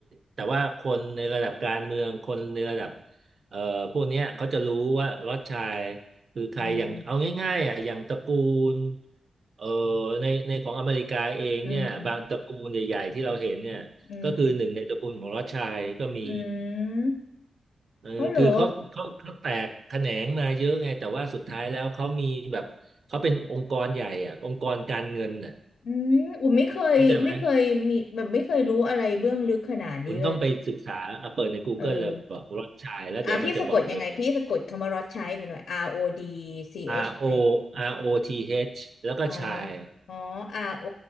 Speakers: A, on the right; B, on the left.
A: แต่ว่าคนในระดับการเมืองคนในระดับเอ่อพวกเนี้ยเขาจะรู้ว่าล็อตชายคือใครอย่างเอาง่ายๆอ่ะอย่างตระกูล
B: อืม
A: เอ่อในในของอเมริกาเองเนี่ยบางตระกูลใหญ่ๆที่เราเห็นเนี่ยก็คือหนึ่งในตระกูลของล็อตชายก็มี
B: อืมอืมอืม
A: เออคือเขาเขาเขาแตกแขนงมาเยอะไงแต่ว่าสุดท้ายแล้วเขามีแบบเขาเป็นองค์กรใหญ่อ่ะองค์กรการเงินน่ะ
B: เขาเหรออืมอุมไม่เคยไม่เคยมีแบบไม่เคยรู้อะไรเบื้องลึกขนาดนี้เลย
A: เข้าใจไหม คุณต้องไปศึกษาเอาเปิดใน Google
B: เออ
A: เลยบอกรสชายแล้วเดี๋ยวมันจะบอกเลยบอก
B: อ่ะพี่สะกดยังไงพี่สะกดคำว่ารอดชัยอุ่นหน่อย R O D C
A: R
B: H
A: O
B: I อชไอ
A: R O T H แล้วก็ชาย
B: อ๋อ อ๋อ R O